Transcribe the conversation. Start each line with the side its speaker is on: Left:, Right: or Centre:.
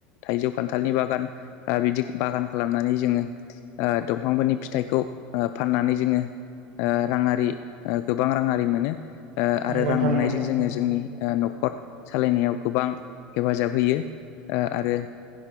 Left: थाइजौ खान्थालनि बागान बिदि बागान खालामनानै जोङो ओ दंफांफोरनि फिथाइखौ ओ फाननानै जोङो राङारि गोबां राङारि मोनो आरो
Right: नंगौ
Left: रां
Right: नोंथां
Left: मोननायजों
Right: नंगौ
Left: जोङो जोंनि न'खर सालायनायाव गोबां हेफाजाब होयो ओ आरो